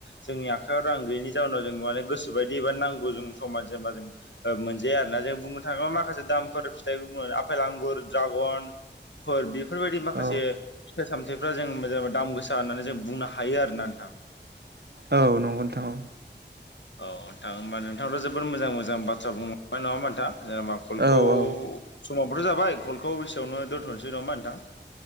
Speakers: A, on the left (about 80°); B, on the right (about 65°).
A: जोंनि आखायाव रां गैयैनि जाउनाव जों माने गोसोबायदि एबा नांगौ ज जेनेबा जों मोनजाया आरोना जों बुंनो थाङोब्ला माखासे दामफोर फिथाइखौ आफेल आंगुर द्रागन फोर बेफोरबायदि माखासे
B: औ
A: फिथाइ सामथायफ्रा जों मो दाम गोसा होननानै जों बुंनो हायो। हायो आरोना नोंथां।
B: औ नंगौ नोंथाङा
A: औ नोंथां होमबा नोंथांथ' जोबोद मोजां मोजां बाथ्रा बुंलांबाय नङाम नोंथां। जेनेबा कलखौ
B: औ औ
A: समावबोथ' जाबाय कलखौ बेसेयावनो दोन्थ'नोसै नङामा नोंथां